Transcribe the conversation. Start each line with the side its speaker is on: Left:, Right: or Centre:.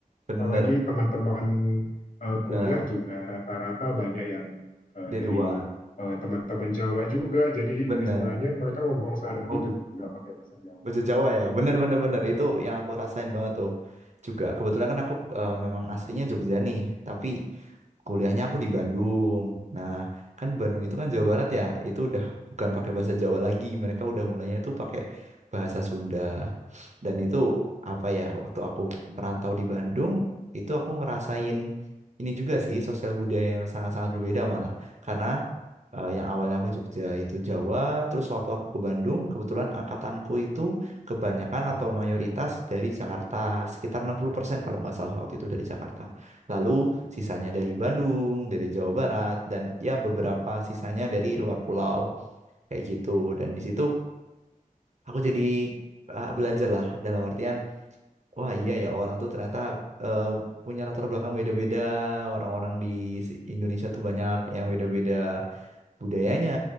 Right: bener,
Left: apalagi teman-teman eh,
Right: bener
Left: kuliah juga rata-rata banyak yang eh,
Right: di
Left: dari
Right: luar,
Left: eh, teman-teman Jawa juga. Jadi
Right: bener.
Left: istilahnya mereka ngomong sehari-hari
Right: Oh,
Left: juga pakai bahasa Jawa.
Right: bahasa
Left: Gitu.
Right: Jawa ya, bener bener bener itu yang aku rasain banget tuh. Juga kebetulan kan aku eh, memang aslinya Jogja nih, tapi kuliahnya aku di Bandung. Nah, kan Bandung itu kan Jawa Barat ya, itu udah bukan pakai
Left: Mm-mm.
Right: bahasa Jawa lagi, mereka udah mulainya itu pakai bahasa Sunda. Dan itu apa ya, waktu aku merantau di Bandung, itu aku ngerasain ini juga sih, sosial budaya yang sangat-sangat berbeda malah. Karena eh, yang awalnya aku Jogja itu Jawa, terus waktu aku ke Bandung, kebetulan angkatanku itu kebanyakan atau mayoritas dari Jakarta, sekitar 60% kalau nggak salah waktu itu dari Jakarta. Lalu sisanya dari Bandung, dari Jawa Barat, dan ya beberapa sisanya dari luar pulau, kayak gitu. Dan di situ aku jadi eh, belajar lah dalam artian Wah iya ya orang tuh ternyata eh, punya latar belakang beda-beda. Orang-orang di si- Indonesia tuh banyak yang beda-beda budayanya,